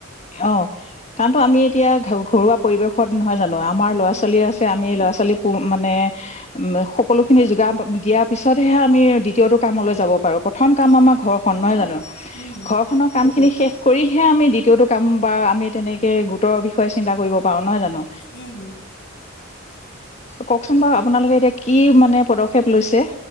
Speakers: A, on the left (about 30°); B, on the left (about 60°).
A: অ', কাৰণটো আমি এতিয়া ঘ ঘৰুৱা পৰিৱেশত নহয় জানো আমাৰ ল'ৰা-ছোৱালী
B: উম
A: আছে আমি ল'ৰা-ছোৱালী প মানে উম, সকলো খিনি যোগাব দিয়াৰ পিছতেহে আমি দ্বিতীয়টো কামলৈ যাব পাৰো প্ৰথম কাম
B: অ
A: আমাৰ ঘৰখন নহয় জানো,
B: উম
A: ঘৰ খনৰ কাম খিনি শেষ কৰিহে আমি দ্বিতীয়টো কাম বা আমি তেনেকে কে গোটৰ বিষয়ে চিন্তা কৰিব পাৰো নহয় জানো।
B: উম
A: কওঁকচোন বাৰু আপোনালোকে এতিয়া কি মানে পদক্ষেপ লৈছে।